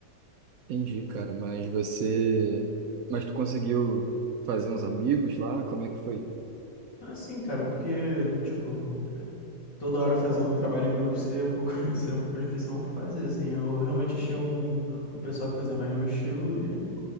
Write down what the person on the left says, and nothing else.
Assim, cara, porque, tipo, toda hora fazendo trabalho em grupo seria um pouco, <laughs> seria um pouco difícil não fazer, assim. Eu realmente achei um, um pessoal que fazia mais meu estilo e